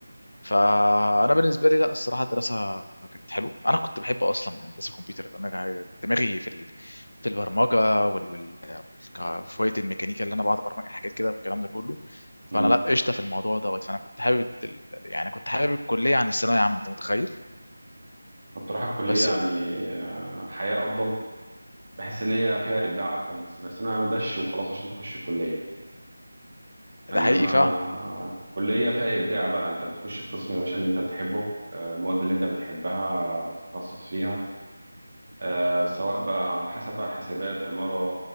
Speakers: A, on the left; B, on the right.
A: فانا بالنسبه لي لا الصراحه الدراسه كانت حلوه انا كنت بحب اصلا هندسه كمبيوتر انا دماغي في ال... في البرمجه وال... وال... ك- شويه الميكانيكا اللي انا بقعد ابرمج الحاجات كده والكلام ده كله فانا
B: امم
A: لا قشطه في الموضوع دوت فانا كنت حابب ال... يعني كنت حابب الكليه عن الثانويه عامه انت متخيل
B: بصراحة الكلية
A: بس
B: يعني
A: بقى.
B: آه، حياة افضل بحس ان هي فيها ابداع اكتر من الثانوية الثانوية ما دش وخلاص عشان تخش الكلية
A: ده
B: انما
A: حقيقي فعلا
B: الكلية فيها ابداع بقى انت بتخش القسم يا باشا اللي انت بتحبه آه، المواد اللي انت بتحبها بتتخصص فيها آه، سواء بقى على حسب بقى حاسبات عمارة